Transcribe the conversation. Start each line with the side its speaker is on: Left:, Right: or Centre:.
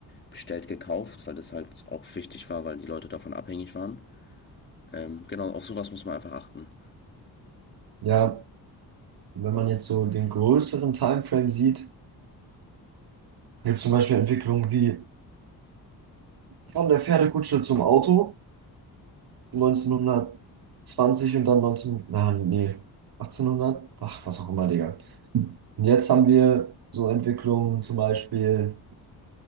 Left: bestellt gekauft, weil das halt auch wichtig war, weil die Leute davon abhängig waren. Ähm, genau, auf sowas muss man einfach achten.
Right: ja, wenn man jetzt so den größeren Timeframe sieht, gibt es zum Beispiel Entwicklungen wie von der Pferdekutsche zum Auto. neunzehnhundertzwanzig und dann 19, na, nee, achtzehnhundert ach, was auch immer, Digga. Und jetzt haben wir so Entwicklungen zum Beispiel